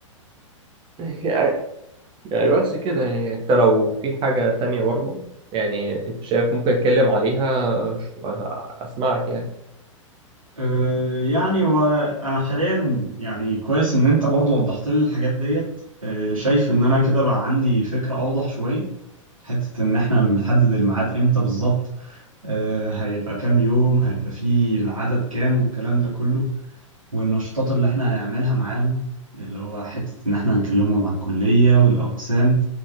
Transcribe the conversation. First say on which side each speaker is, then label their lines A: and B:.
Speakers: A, on the right; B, on the right.
A: <laughs> يعني يعني بس كده يعني انت لو في حاجه تانية برضه يعني انت شايف ممكن اتكلم عليها ش- اسمعك يعني
B: أه يعني وانا حاليا يعني كويس ان انت برضو وضحت لي الحاجات ديت أه شايف ان انا كده بقى عندي فكرة اوضح شوية حتة ان احنا نحدد الميعاد امتى بالظبط أه هيبقى كام يوم هيبقى فيه العدد كام والكلام ده كله والنشاطات اللي احنا هنعملها معاهم اللي هو حتة ان احنا هنكلمهم على الكلية والأقسام